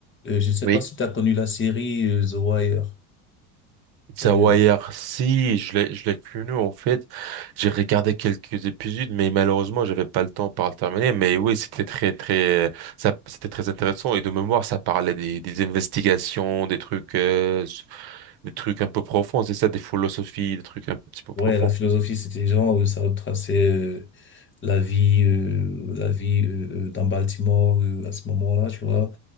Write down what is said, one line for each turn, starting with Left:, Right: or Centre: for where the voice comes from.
Left: Euh, je ne sais
Right: Oui.
Left: pas si tu as connu la série euh, The Wire.
Right: The
Left: Euh,
Right: Wire, si, je l'ai, je l'ai connu en fait. J'ai regardé quelques épisodes, mais malheureusement, j'avais pas le temps pour le terminer. Mais oui, c'était très, très, ça, c'était très intéressant. Et de mémoire, ça parlait des, des investigations, des trucs, euh, s- des trucs un peu profonds. C'est ça, des philosophies, des trucs un petit peu profonds.
Left: Ouais, la philosophie, c'était genre, euh, ça retraçait euh, la vie, euh, la vie euh, euh, dans Baltimore euh, à ce moment-là, tu vois